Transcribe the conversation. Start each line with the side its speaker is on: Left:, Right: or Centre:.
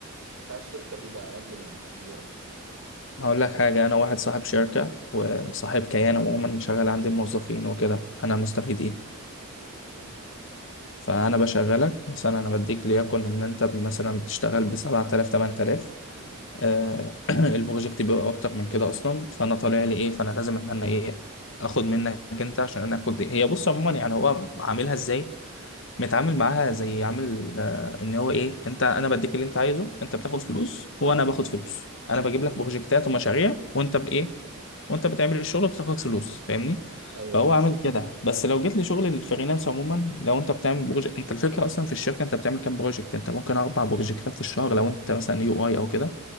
Right: بتاع الشركة بيبقى أقل من الفريلانسنج
Left: هقول لك حاجه انا واحد صاحب شركه وصاحب كيان عموما مشغل عندي موظفين وكده انا مستفيد ايه
Right: مم.
Left: فأنا بشغلك مثلا أنا بديك ليكن إن أنت مثلا بتشتغل بسبعة آلاف تمن آلاف
Right: مم.
Left: <clears throat> البروجكت بيبقى أكتر من كده أصلا فأنا طالع لي إيه فأنا لازم إن أنا إيه آخد منك أنت عشان أنا آخد دي. هي بص عموما يعني هو عاملها إزاي متعامل معاها زي عامل آه، إن هو إيه أنت أنا بديك اللي أنت عايزه أنت بتاخد فلوس وأنا باخد فلوس أنا بجيب لك بروجكتات ومشاريع وأنت بإيه وانت بتعمل الشغل بتاخد فلوس فاهمني
Right: أيوه
Left: فهو
Right: أيوه
Left: عامل كده بس لو جيت لشغل الفريلانس عموما لو انت بتعمل بروجكت انت الفكره اصلا في الشركه انت بتعمل كام بروجكت انت ممكن اربع بروجكتات في الشهر لو انت مثلا يو اي او كده